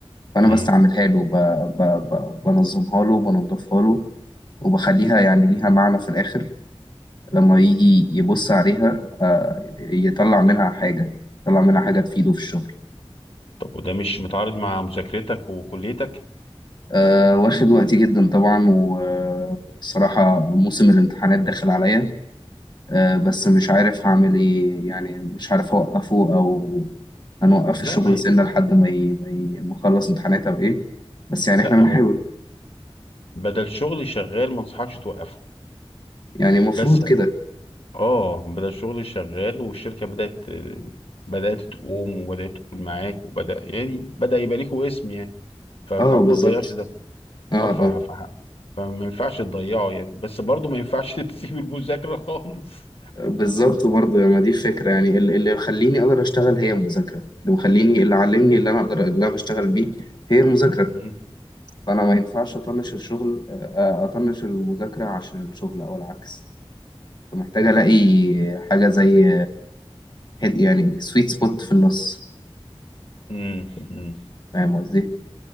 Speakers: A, on the left; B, on the left.
A: فانا
B: مم.
A: بستعملها له ب- ب- ب- بنظمها له وبنضفها له وبخليها يعني ليها معنى في الآخر لما يجي يبص عليها آه، يطلع منها حاجة يطلع منها حاجة تفيده في الشغل
B: طب وده مش متعارض مع مذاكرتك وكليتك
A: آه، واخد وقتي جدا طبعا والصراحة موسم الامتحانات داخل عليا آه، بس مش عارف هعمل ايه يعني مش عارف اوقفه او هنوقف
B: لا
A: الشغل
B: ما هي...
A: سنة لحد ما ي- ما ي- ما اخلص امتحانات او ايه بس يعني
B: لا
A: احنا بنحاول
B: هو بدل شغل شغال ما انصحكش توقفه
A: يعني المفروض
B: بس
A: كده
B: اه بدل شغل شغال والشركة بدأت بدأت تقوم وبدأت تقول معاك وبدأ يعني بدأ يبقى ليكوا اسم يعني فتحاول
A: اه بالظبط
B: ما تضيعش ده
A: اه
B: اه ف...
A: اه
B: ف... فما ينفعش تضيعه يعني بس برضه ما ينفعش <laughs> تسيب المذاكرة خالص
A: بالظبط برضه ما دي فكرة يعني ال- اللي مخليني اقدر اشتغل هي المذاكرة اللي مخليني اللي علمني اللي انا اقدر اللي انا بشتغل بيه هي المذاكرة
B: مم.
A: فانا ما ينفعش اطنش الشغل آه، آه، اطنش المذاكرة عشان الشغل او العكس فمحتاج الاقي حاجة زي هيد- يعني سويت سبوت في النص
B: مم. مم.
A: فاهم قصدي